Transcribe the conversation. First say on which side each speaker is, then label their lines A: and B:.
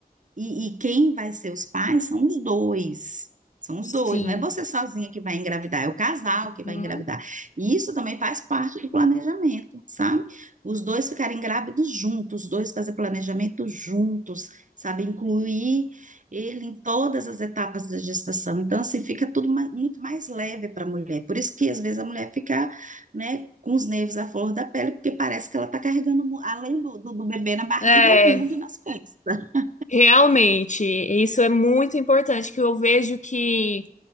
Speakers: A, on the right; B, on the left.
A: E, e quem vai ser os pais são os dois. São os
B: Sim.
A: dois, não é você sozinha que vai engravidar, é o casal
B: Uhum.
A: que vai engravidar. E isso também faz parte do planejamento, sabe? Os dois ficarem grávidos juntos, os dois fazer planejamento juntos, sabe? Incluir ele em todas as etapas da gestação. Então, assim, fica tudo ma- muito mais leve para a mulher. Por isso que, às vezes, a mulher fica, né, com os nervos à flor da pele, porque parece que ela está carregando, mu- além do, do do bebê na barriga,
B: É,
A: o mundo nas costas. <laughs>
B: realmente, isso é muito importante, que eu vejo que